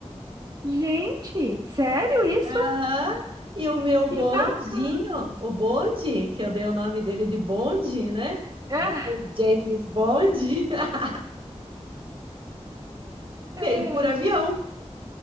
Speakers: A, on the right; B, on the right.
A: Gente, sério isso?
B: Aham. E o meu bondinho,
A: Que bacana.
B: o Bonde, que eu dei o nome dele de Bonde, né?
A: É,
B: Igual o James Bond, <laughs>
A: é.
B: veio por avião.